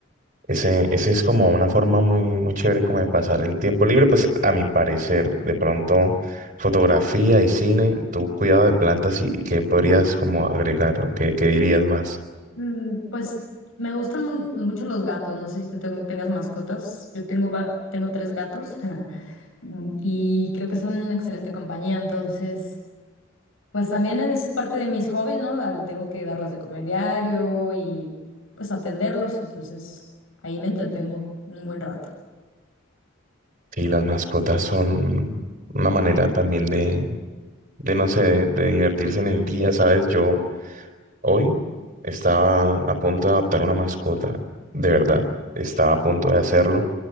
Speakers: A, on the right; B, on the left.
A: Ese, ese es como una forma muy, muy chévere como de pasar el tiempo libre, pues a mi parecer, de pronto fotografía y cine, tu cuidado de plantas y, y qué podrías como agregar o qué, qué dirías más.
B: Mm, pues me gustan mu- mucho los gatos. No sé si te tengo- tengas mascotas. Yo tengo, va- tengo tres gatos <laughs> y creo que son una excelente compañía. Entonces, pues también es parte de mis hobbies, ¿no? Da- Tengo que darles de comer diario y pues atenderlos. Entonces, ahí me entretengo un buen rato.
A: Sí, las mascotas son una manera también de, de no sé, de, de divertirse en el día, ¿sabes? Yo hoy estaba a punto de adoptar una mascota, de verdad, estaba a punto de hacerlo.